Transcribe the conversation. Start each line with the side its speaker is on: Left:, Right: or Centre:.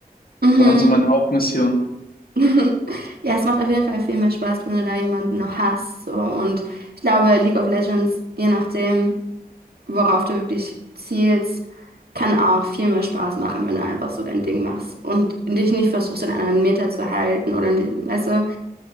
Right: Mhm.
Left: Das war dann so meine Hauptmission.
Right: <laughs> Ja, es macht auf jeden Fall viel mehr Spaß, wenn du da jemanden noch hast. So. Und ich glaube, League of Legends, je nachdem, worauf du wirklich zielst, kann auch viel mehr Spaß machen, wenn du einfach so dein Ding machst und dich nicht versuchst, in einem Meter zu halten oder in die, weißt du.